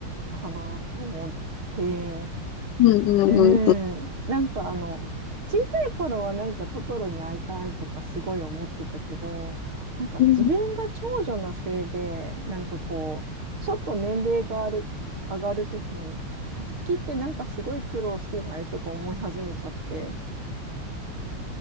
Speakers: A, on the right; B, on the left.
A: かなと思って、
B: うんうんうん
A: うん。なんかあの、小さい頃はなんかトトロに会いたいとかすごい思ってたけど、なんか自分が長女のせいで、
B: うん。
A: なんかこう、ちょっと年齢がある、上がるときに、さつきってなんかすごい苦労してないとか思い始めちゃって。